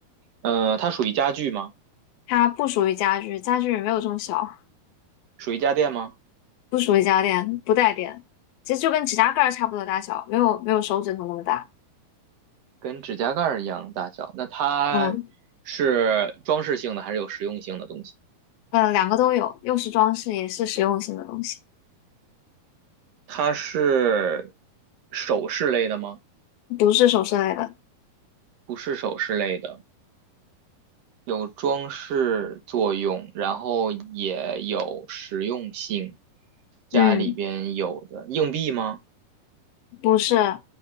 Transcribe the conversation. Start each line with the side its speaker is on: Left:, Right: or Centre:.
Right: 呃，它属于家具吗？
Left: 它不属于家具，家具没有这么小，
Right: 属于家电吗？
Left: 不属于家电，不带电，其实就跟指甲盖儿差不多大小，没有没有手指头那么大。
Right: 跟指甲盖儿一样大小。那它
Left: 嗯。
Right: 是装饰性的还是有实用性的东西？
Left: 呃，两个都有，又是装饰，也是实用性的东西，
Right: 它是首饰类的吗？
Left: 不是首饰类的。
Right: 不是首饰类的。有装饰作用，然后也有实用性。家里边有的硬币吗？
Left: 嗯，不是，